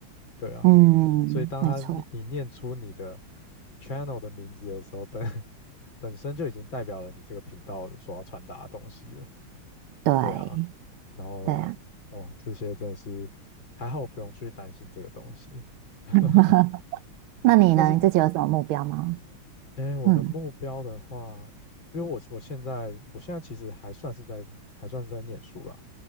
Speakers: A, on the left; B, on the right.
A: 对啊，
B: 嗯，
A: 所以当他你你念出你的
B: 没错，
A: channel 的名字的时候，本 <laughs> 本身就已经代表了你这个频道所要传达的东西了。
B: 对。
A: 对啊，然后呢，
B: 对啊。
A: 哦，这些真的是还好，我不用去担心这个东西。<laughs>
B: <laughs> 那你呢？
A: 但是，
B: 你自己有什么目标吗？
A: 哎，我的目标的话，
B: 嗯，
A: 因为我我现在我现在其实还算是在还算是在念书啦，